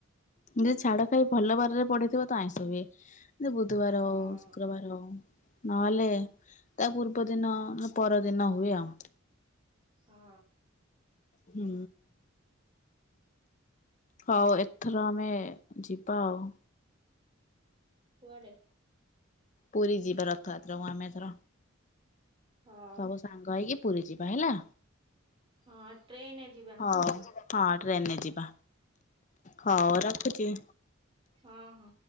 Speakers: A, on the left (about 35°); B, on the right (about 25°).
A: ଯଦି ଛାଡ଼ ଖାଇ ଭଲ ବାରରେ ପଡ଼ିଥିବ ତ ଆଇଁଷ ହୁଏ। ସେ ବୁଧୁବାର
B: ହଁ
A: ହୋଉ ଶୁକ୍ରବାର ହୋଉ। ନଏଲେ ତା ପୂର୍ବ ଦିନ ନା ପର ଦିନ ହୁଏ ଆଉ।
B: ହଁ।
A: ହୁଁ। ହଉ ଏଥର ଆମେ ଯିବା ଆଉ।
B: କୁଆଡ଼େ?
A: ପୁରୀ ଯିବା ରଥଆତ୍ରାକୁ ଆମେ ଏଥର।
B: ହଉ।
A: ସବୁ ସାଙ୍ଗ ହେଇକି ପ୍ ପୁରୀ ଯିବା ହେଲା।
B: ହଁ ଟ୍ରେନ୍ ରେ ଯିବା।
A: ହଉ ହଁ ଟ୍ରେନ୍ ରେ ଯିବା। ହଉ ରଖୁଚି।
B: ହଁ ହଁ